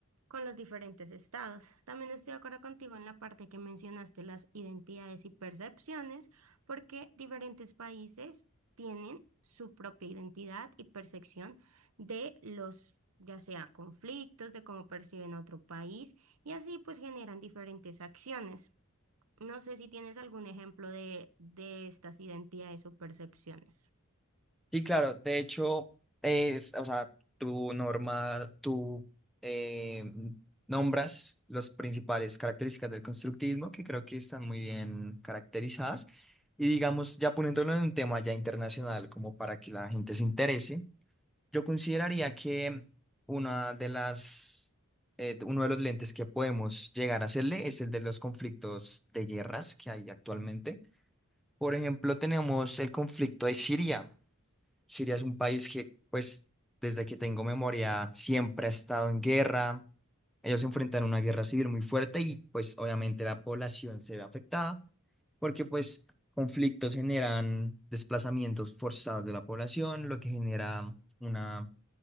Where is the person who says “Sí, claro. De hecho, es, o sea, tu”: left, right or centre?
Centre